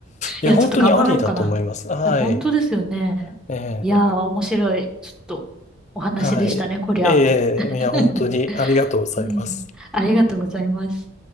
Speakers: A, on the left (about 35°); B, in the centre.
A: う。いや、
B: いや、
A: 本当にありだと思います。
B: ちょっと頑張ろうかな。
A: はい。
B: いや本当ですよね。
A: え
B: いやー、面白い。
A: え
B: ちょっと、お話でしたね、
A: はい。
B: こりゃ。
A: ええ、
B: <laughs>
A: いや、本当にありがとうございます。
B: うん。ありがとうございます。